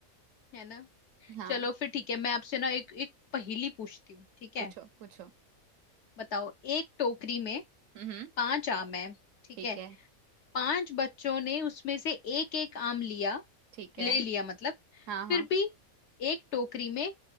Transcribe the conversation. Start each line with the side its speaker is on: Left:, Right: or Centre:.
Left: है ना
Right: हाँ
Left: चलो फिर ठीक है मैं आपसे ना एक एक पहेली पूछती हूँ ठीक है
Right: पूछो पूछो
Left: बताओ एक टोकरी में
Right: हम्म
Left: पांच आम है ठीक
Right: ठीक
Left: है
Right: है
Left: पांच बच्चों ने उसमें से एक एक आम लिया
Right: ठीक है
Left: ले लिया मतलब
Right: हाँ
Left: फिर
Right: हाँ
Left: भी एक टोकरी में